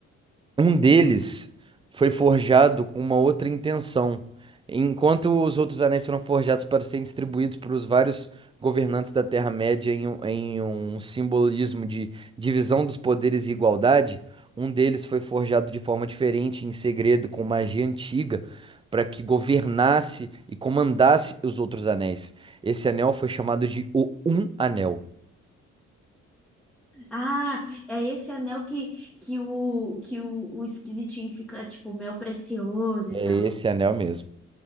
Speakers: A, on the right; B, in the centre.
A: Um deles foi forjado com uma outra intenção, enquanto os outros anéis foram forjados para serem distribuídos para os vários governantes da Terra-média em, um em um simbolismo de divisão dos poderes e igualdade. Um deles foi forjado de forma diferente, em segredo, com magia antiga, para que governasse e comandasse os outros anéis. Esse anel foi chamado de O Um Anel.
B: Ah, é esse anel que, que, o, que o, o esquisitinho fica, tipo, mel precioso
A: É
B: e tal.
A: esse anel mesmo.